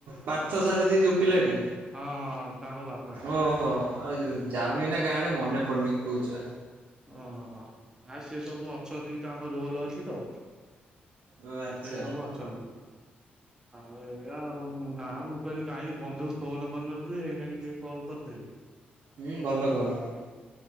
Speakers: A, on the right; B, on the right.
A: ପାର୍ଥ ସାର ତିି ଯୋଉ ପିଲାଟି।
B: ହଁ ହଁ ହଁ ତାଙ୍କ ବାପା
A: ଓହୋ ଆଉ ଯାଉନି ନା ଗାଁ ଆଣେ ମନେ ପଡୁନି କୋଉ ଛୁଆ?
B: ଓହୋ ନା ସି ସବୁ ଅଛନ୍ତି ତାଙ୍କ ରୋଲ ଅଛି ତ।
A: ଓ ଆଚ୍ଛା
B: ସେଇ ସବୁ ଅଛନ୍ତି ଆଉ ଏ ଆଉ ନାଁ ମୁଁ। କହିଲି କାଁ ବନ୍ଧୁ ଫୋନ କରିନଥିଲେ ହେଇନାକି ଟିକେ କଲ୍ କରିଦେଲି।
A: ହୁଁ ଭଲ କଲ
B: ହଁ